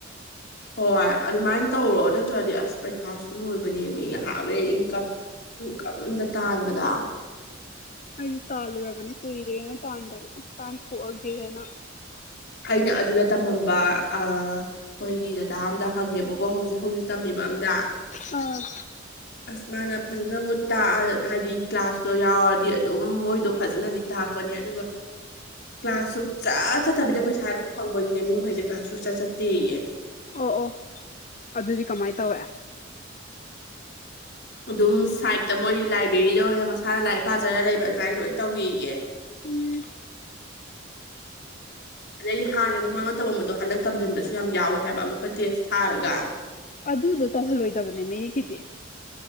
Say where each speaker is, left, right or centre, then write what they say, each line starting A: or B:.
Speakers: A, on the left (about 60°); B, on the left (about 40°).
A: ꯍꯣꯏ ꯑꯗꯨꯃꯥꯏꯅ ꯇꯧꯔꯣ ꯅꯠꯇ꯭ꯔꯗꯤ ꯑꯁ ꯄꯩꯁꯥꯁꯨ ꯂꯣꯏꯕꯅꯦ ꯃꯤ ꯉꯥꯏꯍꯥꯛ ꯂꯩ ꯏꯟꯀꯝ ꯏꯟꯀꯝꯗ ꯇꯥꯟꯕꯗ
B: ꯑꯩꯗꯤ ꯇꯥꯜꯂꯨꯔꯕꯅꯤ ꯀꯨꯏꯔꯦꯅ ꯇꯥꯟꯗꯕ ꯇꯥꯟꯊꯣꯛꯑꯒꯦꯅ
A: ꯑꯩꯅ ꯑꯗꯨꯗ ꯇꯝꯃꯝꯕ ꯑ ꯑꯩꯈꯣꯏꯒꯤ ꯗꯗꯥ ꯑꯝꯗ ꯍꯪꯉꯦꯕꯀꯣ ꯍꯧꯖꯤꯛ ꯍꯧꯖꯤꯛ ꯇꯝꯃꯤꯕ ꯑꯝꯗ
B: ꯑ
A: ꯑꯁ ꯃꯥꯅ ꯐꯖꯅꯕꯨ ꯇꯥꯛꯑ ꯍꯥꯏꯗꯤ ꯀ꯭ꯂꯥꯁꯇꯣ ꯌꯥꯎꯔꯗꯤ ꯑꯗꯨꯝ ꯃꯣꯏꯗꯣ ꯐꯖꯅꯗꯤ ꯇꯥꯛ ꯑꯗꯨꯒ ꯀ꯭ꯂꯥꯁ ꯆ ꯆ ꯆꯠꯇꯕꯤꯗ ꯄꯩꯁꯥ ꯑꯗꯨꯝ ꯐꯪꯕꯒꯤꯅꯦ ꯃꯤ ꯃꯈꯩꯁꯦ ꯀ꯭ꯂꯥꯁꯁꯨ ꯆꯠ ꯆꯠꯇꯦꯌꯦ
B: ꯑꯣ ꯑꯣ ꯑꯗꯨꯗꯤ ꯀꯃꯥꯏ ꯇꯧꯋꯦ
A: ꯑꯗꯨꯝ ꯁꯥꯏꯠꯇ ꯃꯣꯏꯒꯤ ꯂꯥꯏꯕ꯭ꯔꯦꯔꯤꯗ ꯑꯣꯏꯅ ꯃꯁꯥꯅ ꯂꯥꯏꯔꯤꯛ ꯄꯥꯖꯔ ꯂꯩꯕ ꯑꯗꯨꯃꯥꯏꯅ ꯂꯣꯏꯅ ꯇꯧꯋꯦꯌꯦ
B: ꯎꯝ
A: ꯑꯗꯩ ꯍꯥꯟꯅ ꯃꯃꯥꯡꯗ ꯇꯧꯔꯝꯕꯗꯣ ꯍꯟꯗꯛ ꯇꯝꯁꯤꯟꯕꯁꯨ ꯌꯥꯝ ꯌꯥꯎꯋꯦ ꯍꯥꯏꯕ ꯑꯃꯨꯛꯀ ꯇꯦꯁ ꯊꯥꯔꯒ
B: ꯑꯗꯨꯗꯣ ꯇꯧꯍꯜꯂꯣꯏꯗꯕꯅꯦ ꯃꯌꯦꯛꯀꯤꯗꯤ